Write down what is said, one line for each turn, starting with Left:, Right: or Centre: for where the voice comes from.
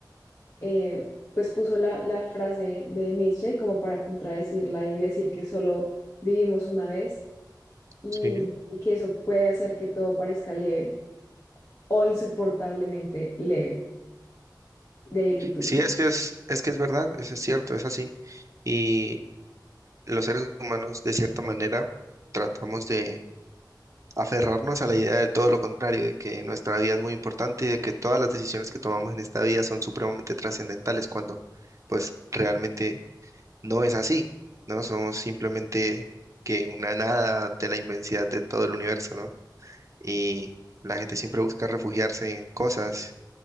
Left: eh, pues puso la, la frase de Nietzsche como para contradecirla y decir que solo vivimos una vez y,
Right: sí.
Left: y que eso puede hacer que todo parezca leve o insoportablemente leve, de ahí el título.
Right: Sí, es que es, es que es verdad, es, es cierto, es así. Y los seres humanos, de cierta manera, tratamos de aferrarnos a la idea de todo lo contrario, de que nuestra vida es muy importante y de que todas las decisiones que tomamos en esta vida son supremamente trascendentales, cuando pues realmente no es así, ¿no? Somos simplemente que una nada ante la inmensidad de todo el universo, ¿no? Y la gente siempre busca refugiarse en cosas